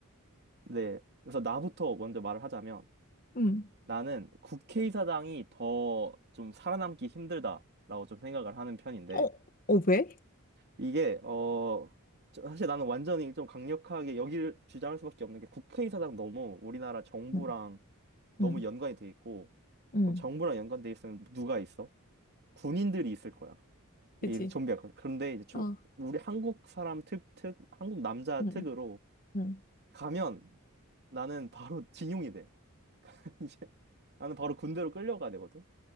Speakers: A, on the right; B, on the left.
A: 네. 그래서 나부터 먼저 말을 하자면,
B: 응.
A: 나는 국회의사당이 더 좀 살아남기 힘들다라고 좀 생각을 하는 편인데
B: 어, 어, 왜?
A: 이게 어 저- 사실 나는 완전히 좀 강력하게 여기를 주장할 수밖에 없는 게 국회의사당 너무 우리나라 정부랑
B: 응,
A: 너무
B: 응,
A: 연관이 돼 있고
B: 응.
A: 그럼 정부랑 연관돼 있으면 누가 있어? 군인들이 있을 거야.
B: 그치?
A: 이 좀비가 그- 그런데 이제 조-
B: 어,
A: 우리 한국 사람 특, 특 한국 남자
B: 응,
A: 특으로
B: 응.
A: 가면 나는 바로 징용이 돼. <laughs> 이제 나는 바로 군대로 끌려가야 되거든.